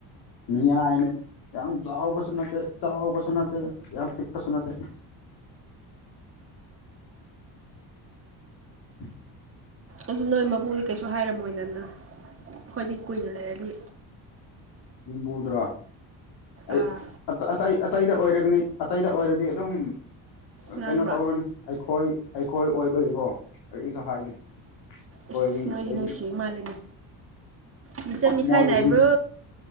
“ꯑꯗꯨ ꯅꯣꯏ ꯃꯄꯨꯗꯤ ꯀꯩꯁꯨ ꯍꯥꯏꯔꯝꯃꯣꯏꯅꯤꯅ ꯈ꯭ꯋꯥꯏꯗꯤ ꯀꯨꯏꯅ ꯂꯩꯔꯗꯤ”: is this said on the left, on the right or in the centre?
Right